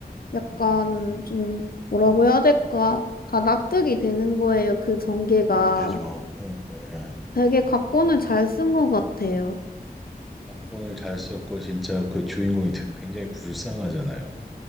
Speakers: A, on the left; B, in the centre.
A: 약간
B: 음, 음.
A: 좀,
B: 음.
A: 뭐라고 해야 될까? 다 납득이 되는 거예요. 그 전개가.
B: 그게 되죠. 응, 예,
A: 되게
B: 예.
A: 각본을 잘 쓴 것 같아요.
B: 각본을 잘 썼고 진짜 그 주인공이 되- 굉장히 불쌍하잖아요.